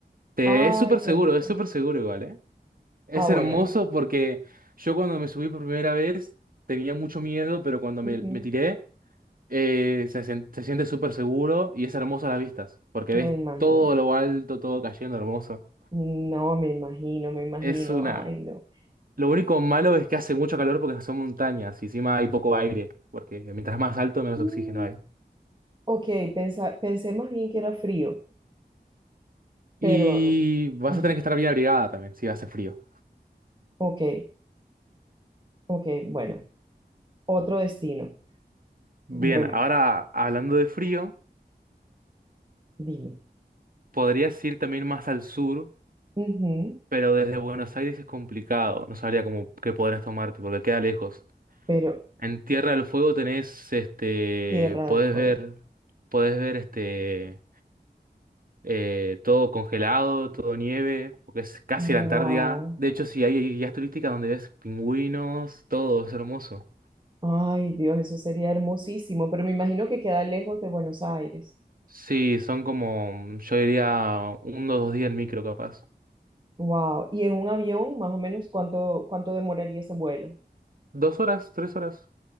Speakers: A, on the right (about 55°); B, on the right (about 30°).
A: Te,
B: Ay,
A: es súper
B: qué
A: seguro,
B: rico.
A: es súper seguro igual, ¿eh? Es
B: Ah, bueno,
A: hermoso
B: no.
A: porque yo cuando me subí por primera vez tenía mucho miedo, pero cuando
B: Ujú,
A: me, me tiré eh, se, sen- se siente súper seguro y es hermoso a las vistas, porque
B: Me
A: ves
B: imagino.
A: todo lo alto, todo cayendo hermoso.
B: No, me imagino, me imagino.
A: Es una...
B: Ay, no.
A: Lo único malo es que hace mucho calor porque son montañas y encima hay poco aire, porque mientras más alto menos
B: Mm,
A: oxígeno hay.
B: ok, pensa- pensé más bien que era frío, pero
A: Y
B: no.
A: vas
B: Ajá,
A: a tener que estar bien abrigada también si hace frío.
B: Ok, ok, bueno, otro destino.
A: Bien,
B: Bueno,
A: ahora hablando de frío,
B: dime.
A: podrías ir también más al sur
B: Ujú,
A: Pero desde Buenos Aires es complicado, no sabría cómo qué podrás tomarte porque queda lejos.
B: pero
A: En Tierra del Fuego tenés, este,
B: Tierra
A: podés
B: del Fuego.
A: ver, podés ver este, eh, todo congelado, todo nieve, porque es casi
B: Wow.
A: la Antártida. De hecho, sí, hay guías turísticas donde ves pingüinos, todo, es hermoso.
B: Ay, Dios, eso sería hermosísimo, pero me imagino que queda lejos de Buenos Aires.
A: Sí, son como, yo diría, uno o dos días en micro capaz.
B: Wow. ¿Y en un avión, más o menos, cuánto, cuánto demoraría ese vuelo?
A: Dos horas, tres horas,